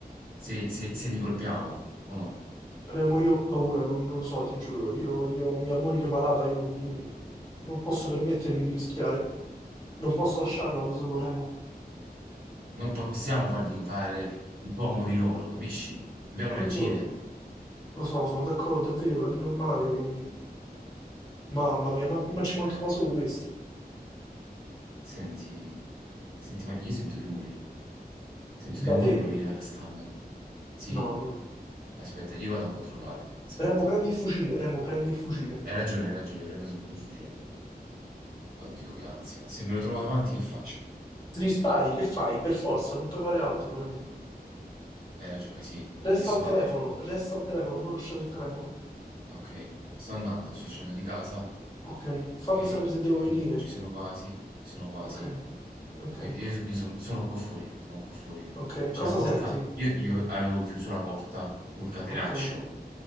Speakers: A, on the right (about 75°); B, on the left (about 20°).
A: se se se li colpiamo, o no?
B: Remo, io ho paura, non, non lo so, ti giuro, io, io ho mia moglie malata, io non, non posso permettermi di rischiare, non posso lasciarla da solo, Remo.
A: Non possiamo fargli fare i comodi loro, capisci? Dobbiamo reagire.
B: Non Lo, lo so, sono d'accordo, è vero, è normale che non- Mamma mia, ma, ma ci mancava solo questo.
A: Senti, senti, ma io sento dei rumori. Sento dei
B: Da
A: rumori
B: te?
A: provenire dalla stalla. Sì,
B: No, non...
A: aspetta, io vado a controllare. Aspetta.
B: Remo, prendi il fucile, Remo, prendi il fucile.
A: Hai ragione, hai ragione, prendo subito il fucile. Oddio, che ansia. Se me lo trovo davanti, che faccio?
B: Gli spari, che fai? Per forza, non puoi fare altro, Remo.
A: Hai ragione, sì.
B: Resta
A: Adesso
B: al
A: vado.
B: telefono, resta al telefono, non lasciare il telefono.
A: Ok, sto andando, sto uscendo di casa.
B: Ok, fammi
A: Ok, ci
B: sapere se devo
A: sono
B: venire.
A: ci sono quasi, ci sono quasi.
B: Ok, ok,
A: Ok, io, so- io sono, sono qua fuori, sono qua fuori.
B: ok.
A: C'è
B: Cosa
A: la porta,
B: senti?
A: io, io avevo chiuso la porta col catenaccio,
B: Ok.